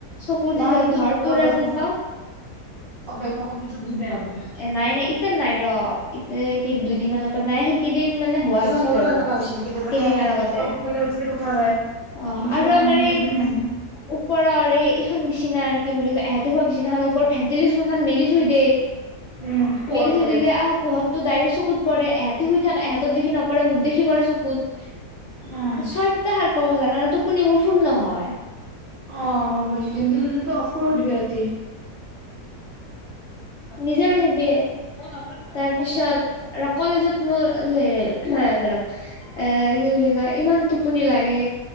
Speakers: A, on the left; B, on the right.
A: চকুতে
B: না সেইটো
A: ধৰ পুৰা
B: অভ্যাস
A: যেন
B: ন
A: পাওঁ।
B: অভ্যাস নকৰিবি এইটো বহুত বেয়া অভ্যাস
A: এ নাই নাই ইতিয়া নাই ৰ। এতিয়া কে দুইদিন মমানৰ পৰা নাই শ কেইদিন মানে হোৱা
B: এইটো
A: আছিল
B: মোৰো
A: আৰু
B: এনেকা হৈছিলে কেতিয়া মানে
A: কেইদিনমান
B: ৰাতিপুৱা
A: আগতে
B: সোনকালে উঠি উঠা যায়
A: অ
B: তাৰপিছত
A: অঁআৰু
B: মানে
A: আমাৰ এই
B: টোপনি নাহে
A: ওপৰৰ এই এইখন বিচনা কি বুলি কয় এহতি খোৱা বিচিনা ওপৰত ভেটেলিছ খ মেলি থৈ দেেই
B: উম পোহৰ
A: মেলি থৈ
B: পৰে
A: দিলে আহ পোহতটোো ডাইৰেক্ চকুত পৰে এহঁতে শুই থাকে এহঁতো দেখি নপৰে মোক দেখি পৰে চকুত
B: উম
A: হয় ছয়টোতে হাৰ পাওঁ ম জান নান টোপণিবোৰ ফুল নহয়
B: অঁ ব ভন্দ অফকৰ্ উঠিবি ৰাতি
A: নিজে নাথাকিবিয়ে তাৰপিছত কালেজত মোৰ এ কি বুলি কয় ইমান টোপনি লাগে